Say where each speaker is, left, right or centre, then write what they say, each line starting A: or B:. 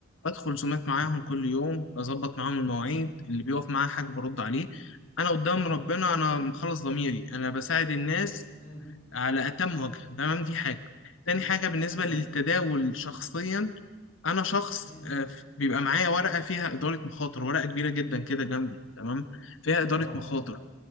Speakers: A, on the left; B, on the left.
A: بدخل زومات معاهم
B: امم
A: كل يوم بظبط معاهم المواعيد اللي بيقف معاه حاجه برد عليه انا قدام ربنا انا
B: امم
A: مخلص ضميري انا بساعد الناس
B: امم
A: على أتم وجه تمام دي حاجة تاني
B: امم
A: حاجة بالنسبة
B: ايوه
A: للتداول شخصيا أنا شخص
B: امم
A: آه، بيبقى معايا ورقة فيها إدارة مخاطر ورقة كبيرة جدا كده جنبي تمام فيها إدارة
B: اه
A: مخاطر
B: اه